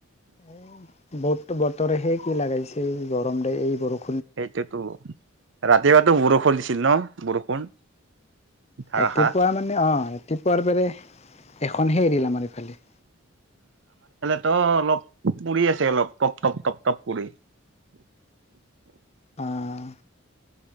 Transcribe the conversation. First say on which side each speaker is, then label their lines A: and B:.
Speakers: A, on the left (about 30°); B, on the right (about 60°).
A: উম। ব বতৰে হে কি লগাগাইছে এই গৰম দিয়ে এই বৰক
B: সেইটোতো ৰাতিপুৱাতো বৰষুণ দিছিল ন, বৰষুণ? ধাৰাসাৰ
A: ৰাতিপুৱা মানে অ', ৰাতিপুৱাৰ এখনহে এৰিল আমাৰ ইফালে।
B: ত অলপ পৰি আছে অলপ টপ টপ টপ টপ পৰি।
A: অহ।